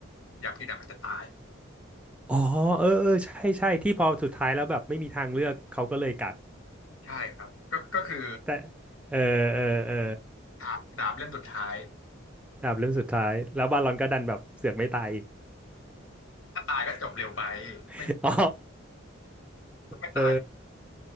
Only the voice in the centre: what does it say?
อ๋อเออเออใช่ใช่ที่พอสุดท้ายแล้วแบบไม่มีทางเลือกเขาก็เลยกัด
แต่เออเออเออ
ดาบเล่มสุดท้ายแล้วบาลอนก็ดันแบบเสือกไม่ตายอีก
<laughs>
อ๋อ
เออ